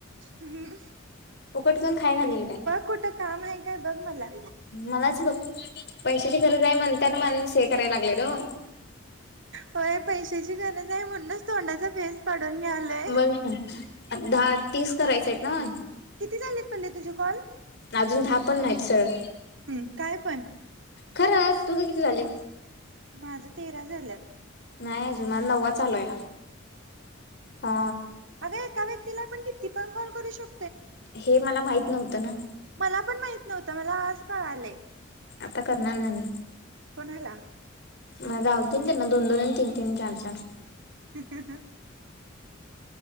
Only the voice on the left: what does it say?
फुकट कोण खाया घालेल काय
मलाच बघ पैशाची गरज हाय म्हणताना माणूस हे कराय लागलय न्हव.
बघ ना दहा तीस करायचयत ना?
अजून दहा पण नायत सरळ.
खरंच तुझं किती झाले?
नाय अजून आज नववा चालूय हा.
हे मला माहीत नव्हतं ना.
आता करणार ना मी.
म गावतील त्यांना दोन दोन आणि तीन तीन चार चार